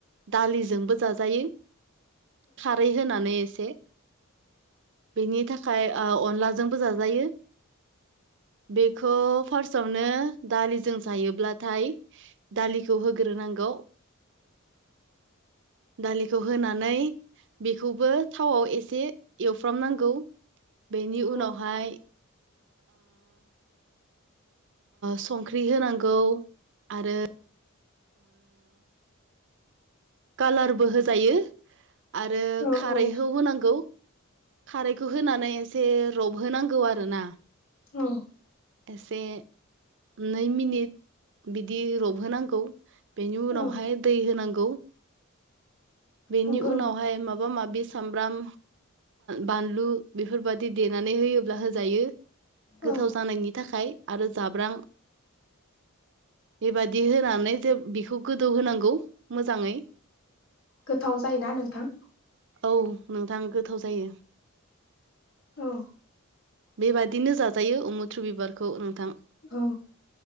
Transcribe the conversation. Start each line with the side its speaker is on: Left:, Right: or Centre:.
Right: दालिजोंबो जाजायो खारै होनानै एसे बेनि थाखाय अनलाजोंबो जाजायो बेखौ फार्स्टआवनो दालिजों जायोब्लाथाय दालिखौ होग्रोनांगौ दालिखौ होनानै बेखौबो थावआव एसे एवफ्रामनांगौ बेनि उनावहाय
Left: औ
Right: संख्रि होनांगौ आरो कालारबो होजायो आरो खारैखौ
Left: औ
Right: होनांगौ खारैखौ होनानै एसे रबहोनांगौ आरो ना
Left: औ
Right: एसे नै मिनिट बिदि रबहोनांगौ बेनि उनावहाय
Left: औ
Right: दै होनांगौ बेनि
Left: नंगौ
Right: उनावहाय माबा माबि सामब्राम बानलु बेफोरबादि देनानै देनानै होयोब्ला होजायो
Left: औ
Right: गोथाव जानायनि थाखाय आरो जाब्रां बेबादि होनानै जे बेखौ गोदौ होनांगौ मोजाङै
Left: गोथाव जायोना नोंथां
Right: औ नोंथां गोथाव जायो
Left: औ
Right: बेबायदिनो जाजायो उमुथ्र बिबारखौ नोंथां
Left: औ